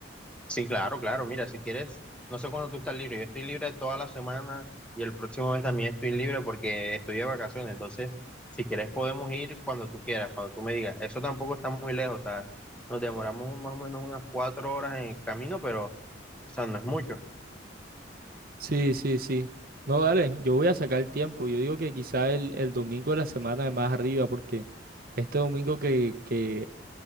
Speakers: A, in the centre; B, on the right.
A: Sí, claro, claro. Mira, si quieres, no sé cuándo tú estás libre. Yo estoy libre toda la semana y el próximo mes también estoy libre porque estoy de vacaciones. Entonces, si quieres, podemos ir cuando tú quieras, cuando tú me digas. Eso tampoco está muy lejos. O sea, nos demoramos más o menos unas cuatro horas en el camino, pero, o sea, no es mucho.
B: Sí, sí, sí. No, dale, yo voy a sacar el tiempo. Yo digo que quizá el, el domingo de la semana de más arriba, porque este domingo que, que,